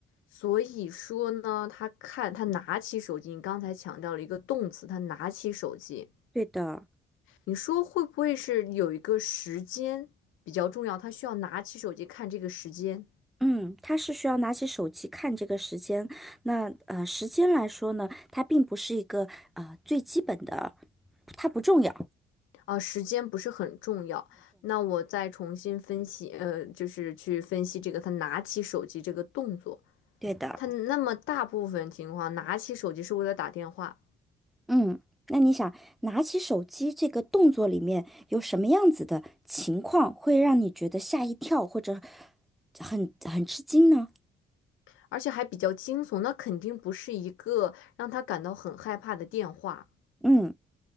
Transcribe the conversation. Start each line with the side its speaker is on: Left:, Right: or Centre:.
Left: 所以说呢，他看他拿起手机，你刚才强调了一个动词，他拿起手机，
Centre: 对的。
Left: 你说会不会是有一个时间比较重要，他需要拿起手机看这个时间？
Centre: 嗯，他是需要拿起手机看这个时间。那呃，时间来说呢，它并不是一个呃最基本的，它不重要。
Left: 啊，时间不是很重要。那我再重新分析，呃，就是去分析这个他拿起手机这个动作。
Centre: 对的，
Left: 他那么大部分情况拿起手机是为了打电话，
Centre: 嗯。那你想拿起手机这个动作里面有什么样子的情况会让你觉得吓一跳或者很很吃惊呢？
Left: 而且还比较惊悚，那肯定不是一个让他感到很害怕的电话。
Centre: 嗯，